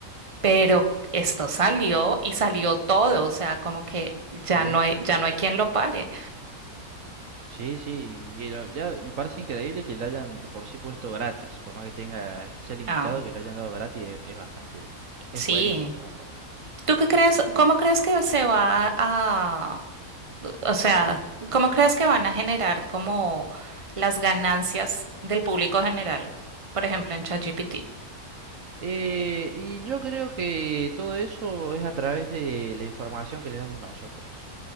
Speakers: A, on the right (about 25°); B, on the right (about 60°).
A: pero esto salió y salió todo, o sea, como que ya
B: sí,
A: no hay, ya no hay quien lo pare.
B: sí, sí. Y lo- ya me parece increíble que lo hayan de por sí puesto gratis, por más que tenga, que sea limitado,
A: Ah,
B: que lo hayan dado gratis, es, es bastante, es
A: sí.
B: buenísimo, la verdad.
A: ¿Tú qué
B: Eh,
A: crees? ¿Cómo crees que se va a, o sea, cómo crees que van a generar como las ganancias del público general? Por ejemplo, en ChatGPT.
B: eh, y yo creo que todo eso es a través de la información que les damos nosotros.